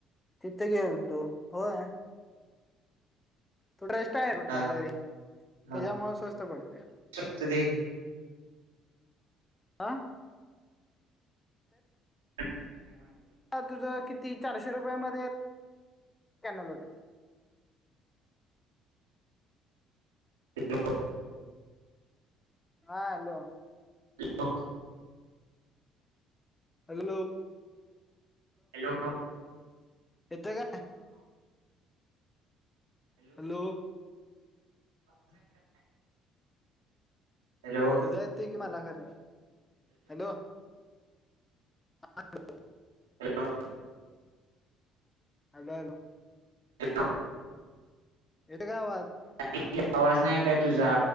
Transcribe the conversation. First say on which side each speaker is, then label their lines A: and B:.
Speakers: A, on the left; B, on the right.
A: तिथे गेल तो होय. तोडेस्टा आहेर कुठला
B: हा
A: तरी
B: हा
A: त्याच्यामुळे स्वस्त पडते.
B: स्वस्त देईल
A: ह.
B: ह.
A: तुझं किती चारशे रुपये म कॅनल होते.
B: ह.
A: हा हॅलो.
B: एक.
A: हगलो.
B: हॅलो.
A: येतो काय हॅलो.
B: हॅलो
A: तुझ येत की मला खरं हॅलो. ह.
B: हॅलो.
A: Hello hello.
B: ह.
A: येतोय का आवाज.
B: कती आवाज नाहीत आहे तुझा